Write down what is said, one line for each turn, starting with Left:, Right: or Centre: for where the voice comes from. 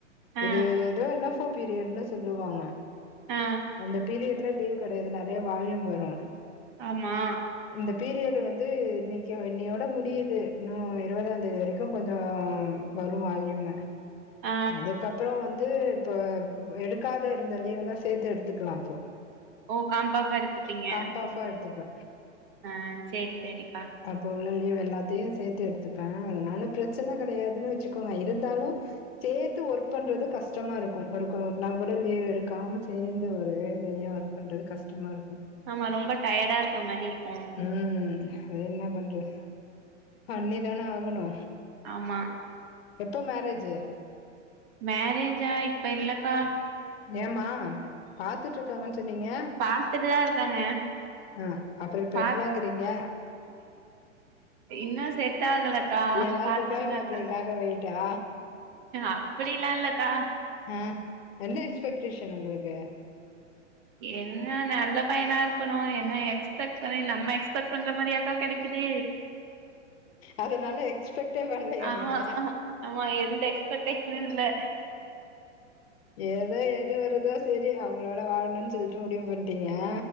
Right: ஆ
Left: இது எதோ என்எஃப்ஓ பீரியட்டுனு சொல்லுவாங்க
Right: ஆ
Left: அந்த பீரியட்ல லீவ் கெடையாது நெறையா வால்யும் வரு
Right: ஆமா
Left: இந்த பீரியடு வந்து இன்னிக்கி இன்னையோட முடி முடியுது இன்னு இருவதா தேதி வரைக்கு கொஞ்சோ வரு வால்யூமு
Right: ஆ
Left: அதுக்கப்றோ வந்து இப்போ எடுக்காத இருந்த லீவெல்லா சேத்து எடுத்துக்கலா அப்போ
Right: ஓ காம்பாஃபா எடுத்துப்பீங்க
Left: காம்பாஃபா எடுத்துப்ப
Right: ஆ சேரி சேரி சேரிக்கா
Left: அப்போ உள்ள லீவ் எல்லாத்தையு சேத்து எடுத்துப்ப அதனால பிரச்சன கெடையாதுனு வெச்சுக்கோங்க இருந்தாலு சேத்து ஒர்க் பண்ணுறது கஷ்டமா இருக்கு ஒரு ஒரு நாள் கூட லீவ் எடுக்காம சேந்து ஒரே வேலயா இருக்கு பண்றது கஷ்டமா இருக்கு
Right: ஆமா ரொம்ப டயேர்டா இருக்க மாரி இருக்கு
Left: ம் அது என்ன பண்றது பண்ணிதான ஆகணு
Right: ஆமா
Left: எப்போ மேரேஜு
Right: மேரேஜா இப்ப இல்லக்கா
Left: ஏம்மா பாத்துட்டு இருக்காங்கன்னு சொன்னீங்க
Right: பாத்துட்டுதா இருக்காங்க
Left: ஆ அப்புறோ இப்ப
Right: பா
Left: இல்லங்கிறீங்க
Right: இன்னு செட் ஆகல க்கா
Left: ஏதாவது
Right: பாத்துட்டு
Left: துபாய்
Right: தா
Left: மாப்பிள்ளைக்காக
Right: இருக்காங்க
Left: வெயிட்டா
Right: அப்பிடி எல்லா இல்லக்கா
Left: ஆ என்ன எக்ஸ்பெக்டேஷன் உங்களுக்கு
Right: என்ன நல்ல பயனா இருக்குணு என்ன எக்ஸ்பெக்ட் பண்ணி நம்ம எக்ஸ்பெக்ட் பண்ற மாரியாக்கா கெடைக்குது
Left: அதனால எக்ஸ்பெக்டே பண்ணலையா
Right: ஆமா
Left: நீங்க
Right: ஆமா எந்த எக்ஸ்பர்ட்டே இல்ல
Left: ஏதோ எது வருதோ செரி அவுங்களோட வாழ்ணு சொல்லிட்டு முடிவு ப அப்டியா